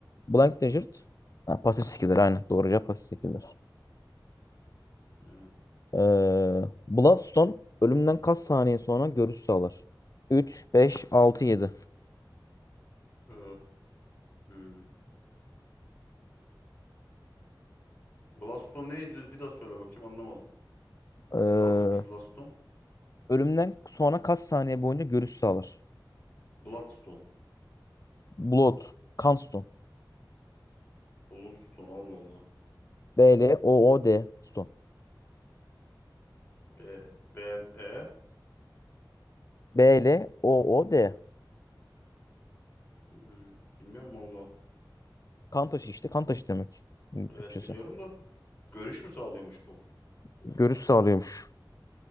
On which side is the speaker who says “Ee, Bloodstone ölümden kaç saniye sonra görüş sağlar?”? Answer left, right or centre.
Left